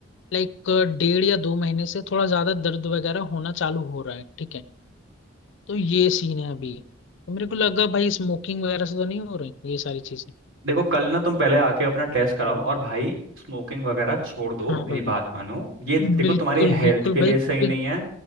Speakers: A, on the left; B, on the right.
A: लाइक डेढ़ या दो महीने से थोड़ा ज्यादा दर्द वगैरह होना चालू हो रहा है ठीक है तो ये सीन है अभी तो मेरे को लगा भाई स्मोकिंग वगैरह से तो नहीं हो रही ये सारी चीजें
B: देखो कल ना तुम पहले आके अपना टेस्ट कराओ और भाई स्मोकिंग वगैरह छोड़ दो
A: हाँ
B: मेरी
A: हाँ हाँ
B: बात मानो ये देखो
A: बिल्कुल
B: तुम्हारी हेल्थ
A: बिल्कुल
B: के लिए
A: भाई
B: सही
A: बिल...
B: नहीं है